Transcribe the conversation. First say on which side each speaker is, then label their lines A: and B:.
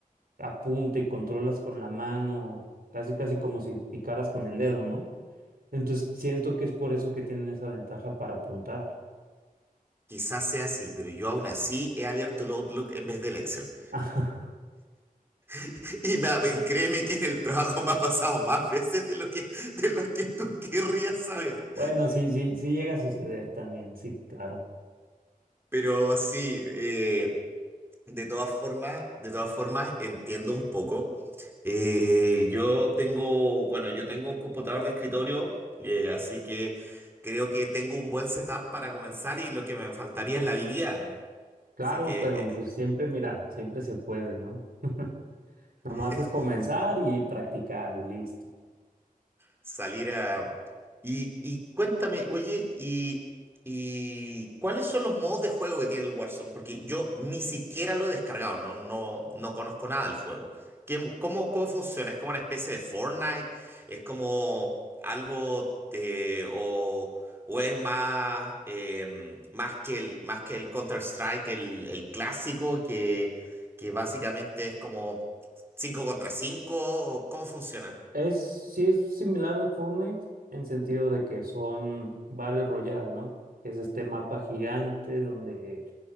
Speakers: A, on the right; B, on the right.
A: apunta y controlas con la mano, casi casi como si picaras con el dedo, ¿no? Entonces siento que es por eso que tienen esa ventaja para apuntar.
B: Quizás sea así, pero yo aún así he abierto el Outlook en vez del Excel.
A: <laughs>
B: <laughs> Y me, créeme que en el trabajo me ha pasado más veces de lo que, de lo que tú querrías saber.
A: Bueno, sí, sí, sí llega a suceder también, sí, claro.
B: Pero sí, eh, de todas formas, de todas formas entiendo un poco. Eh, yo tengo, bueno, yo tengo un computador de escritorio, eh, así que creo que tengo un buen setup para comenzar y lo que me faltaría es la habilidad, ¿no?
A: Claro,
B: Así que
A: pero pues siempre, mira, siempre se puede, ¿no? <laughs> Nomás
B: eh,
A: es comenzar
B: <laughs>
A: y practicar y listo.
B: salir a... Y, y cuéntame, oye, y, y cuáles son los modos de juego que tiene el Warzone? Porque yo ni siquiera lo he descargado, no, no, no conozco nada del juego. ¿Qué, cómo, cómo funciona? ¿Es como una especie de Fortnite? ¿Es como algo de, o, o es más, em, más que el, más que el Counter-Strike, el, el clásico, que, que básicamente es como cinco contra cinco ¿Cómo funciona?
A: Es, sí es similar al Fortnite en sentido de que son Battle Royale, ¿no? Que es este mapa gigante donde